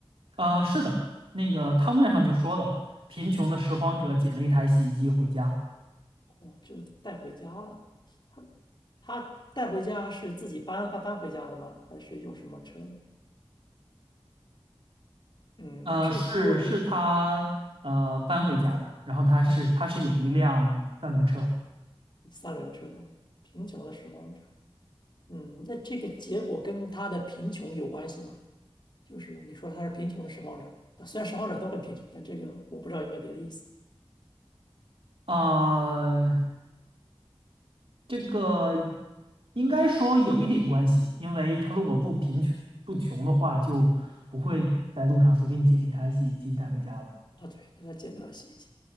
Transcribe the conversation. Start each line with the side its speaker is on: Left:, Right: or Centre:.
Right: 啊、是的，那个汤面上就说了，贫穷的拾荒者捡了一台洗衣机回家，
Left: 哦，就带回家了。他他带回家是自己搬搬搬回家的吗？还是用什么车？嗯，
Right: 呃，
Left: 可以给我点
Right: 是是他呃搬回家的，然后他是他是有一辆三轮车，
Left: 啊，三轮车哦，贫穷的拾荒者。嗯，那这个结果跟他的贫穷有关系吗？就是你说他是贫穷的拾荒者，虽然拾荒者都很贫穷，但这个我不知道有没有别的意思
Right: 呃，这个应该说有一点关系，因为他如果不贫穷不穷的话，就不会在路上随便捡一台洗衣机带回家了，
Left: 啊。对，那他捡到了洗衣机，